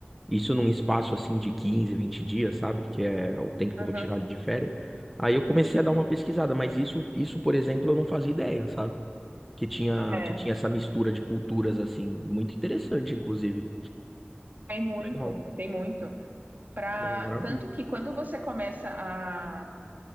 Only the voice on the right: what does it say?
Uhum.
É,
tem muito,
tem muito. Pra...
Tanto que quando você começa a